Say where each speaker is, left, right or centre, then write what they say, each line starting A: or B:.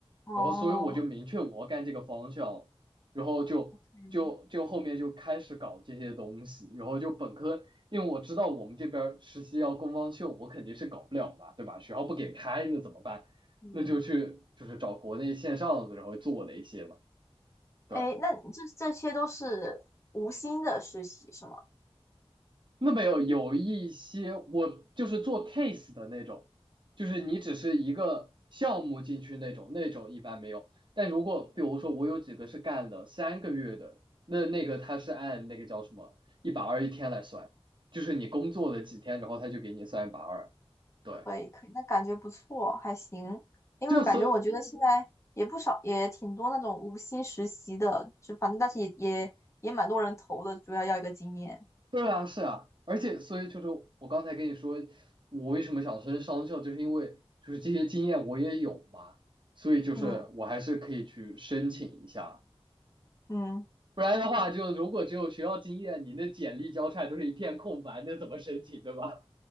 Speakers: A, on the left; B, on the right.
A: 哦，
B: 然后所以我就明确我要干这个方向，然后就就就后面就开始搞这些东西，
A: 嗯
B: 然后就本科，因为我知道我们这边儿实习要工方秀，我肯定是搞不了嘛，对吧？学校不给开，那怎么办？
A: 嗯
B: 那就去就是找国内线上的，然后做了一些嘛，对。
A: 哎，那这这些都是无薪的实习是吗？
B: 那没有，有一些我就是做 case 的那种，就是你只是一个项目进去那种，那种一般没有。但如果比如说我有几个是干了三个月的，那那个他是按那个叫什么一百二一天来算，就是你工作了几天，然后他就给你算一百二。对，
A: 可以，可以，那感觉不错，还行。因为我感觉，
B: 就所
A: 我觉得现在也不少，也挺多那种无薪实习的，就反正但是也也也蛮多人投的，主要要一个经验。
B: 对啊，是啊，而且所以就是我刚才跟你说，我为什么想升商校，就是因为就是这些经验我也有嘛，所以就是我还是可以去申请一下，
A: 嗯嗯。
B: 不然的话，就如果只有学校经验，你那简历交差都是一片空白，那怎么申请，对吧？